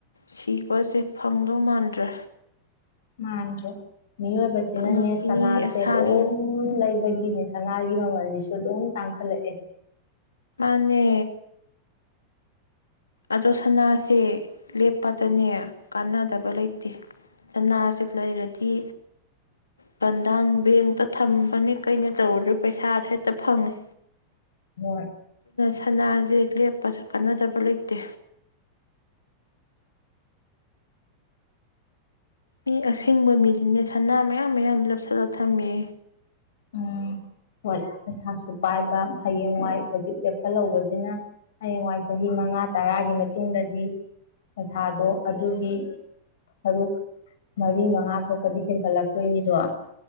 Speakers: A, on the left; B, on the left.
A: ꯁꯤꯕꯁꯦ ꯐꯪꯗꯧ ꯃꯥꯟꯗ꯭ꯔꯦ
B: ꯃꯥꯟꯗꯔ꯭ꯦ ꯃꯤꯑꯣꯏꯕꯁꯤꯅꯅꯦ
A: ꯐꯪꯉꯛꯈꯤꯅꯤꯒꯤ
B: ꯁꯅꯥꯁꯦ
A: ꯑꯁꯥꯗ
B: ꯑꯗꯨꯝ ꯂꯩꯕꯒꯤ ꯒꯤꯅꯤ ꯁꯅꯥꯒꯤ ꯃꯃꯜꯁꯤꯁꯨ ꯑꯗꯨꯝ ꯇꯥꯡꯈꯠꯂꯛꯑꯦ
A: ꯃꯥꯅꯦ ꯑꯗꯣ ꯁꯅꯥꯁꯦ ꯂꯦꯞꯄꯗꯅꯦ ꯀꯥꯟꯅꯗꯕ ꯂꯩꯇ ꯇꯦ ꯁꯅꯥꯁꯤ ꯂꯩꯔꯗꯤ ꯀꯤ ꯕꯟꯗꯥꯟ ꯕꯦꯡꯇ ꯊꯝꯕꯅꯦ ꯀꯩꯅꯣ ꯇꯧꯔꯗ꯭ꯔꯣ ꯄꯩꯁꯥ ꯍꯦꯛꯇ ꯐꯪꯉꯤ
B: ꯍꯣꯏ
A: ꯁꯅꯥꯁꯦ ꯂꯦꯞꯄꯁꯨ ꯀꯥꯟꯅꯗꯕ ꯂꯩꯇꯦ ꯃꯤ ꯑꯁꯤꯡꯦꯡꯕ ꯃꯤꯗꯨꯅꯦ ꯁꯅꯥ ꯃꯌꯥꯝ ꯃꯌꯥꯝ ꯂꯞꯁꯤꯂ ꯊꯝꯃꯤ
B: ꯎꯝ ꯍꯣꯏ ꯄꯩꯁꯥꯁꯨ ꯄꯥꯏꯕ ꯍꯌꯦꯡꯋꯥꯏ ꯍꯧꯖꯤꯛ ꯂꯦꯞꯁꯜꯍꯧꯕꯁꯤꯅ ꯍꯌꯦꯡꯋꯥꯏ ꯆꯍꯤ ꯃꯉꯥ ꯇꯔꯥꯒꯤ ꯃꯇꯨꯡꯗꯗꯤ ꯄꯁꯥꯗꯣ ꯑꯗꯨꯒꯤ ꯁꯔꯨꯛ ꯃꯔꯤ ꯃꯉꯥ ꯊꯣꯛꯄꯗꯤ ꯍꯦꯟꯀꯠꯂꯛꯇꯣꯏꯅꯤꯗꯣ